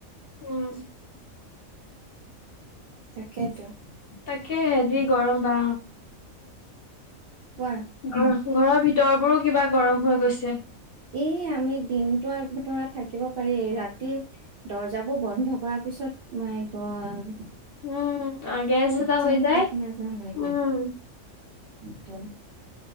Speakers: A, on the left; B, on the right.
A: উম
B: তাকেইতো
A: তাকে, হেবি গৰম বা।
B: কোৱা।
A: ঘ, ঘৰৰ ভিতৰবোৰো কিবা গৰম হৈ, গৈছে।
B: এ, আমি দিনটো আগ বতৰা থাকিব পাৰি। ৰাতিৰ দৰ্জাবোৰ বন্ধ কৰ পিছত মাই, গড।
A: উম। আগে গেছ
B: ক'ত
A: এটা
B: যাম
A: হৈ, যায়,
B: ক'ত নাযাওঁ লাগে
A: উম।
B: একদম।